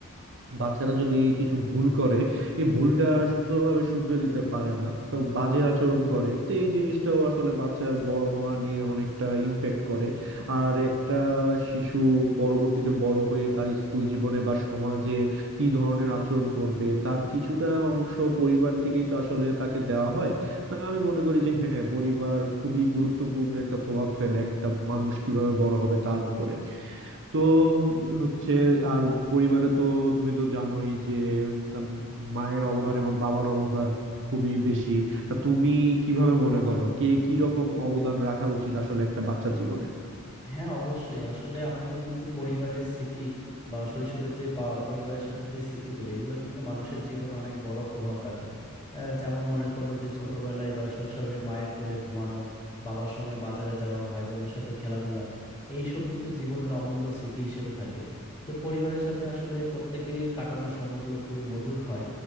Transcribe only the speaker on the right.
বাচ্চারা যদি কিছু ভুল করে এই ভুলটা সুন্দরভাবে শুধরে দিতে পারে না তো বাজে আচরণ করে তো এই জিনিসটাও আসলে বাচ্চার বড় হওয়া নিয়ে অনেকটা ইম্প্যাক্ট করে আর একটা শিশু পরবর্তীতে বড় হয়ে তার স্কুল জীবনে বা সমাজে কি ধরনের আচরণ করবে তার কিছুটা অংশ পরিবার থেকেই তো আসলে তাকে দেওয়া হয় তা আমি মনে করি যে হ্যাঁ পরিবার খুবই গুরুত্বপূর্ণ একটা প্রভাব ফেলে একটা মানুষ কিভাবে বড় হবে তার উপরে তো হচ্ছে আর পরিবারে তো তুমি তো জানোই যে তা মায়ের অবদান এবং বাবার অবদান খুবই বেশি তা তুমি কিভাবে মনে করো কে কি রকম অবদান রাখা উচিত আসলে একটা বাচ্চার জীবনে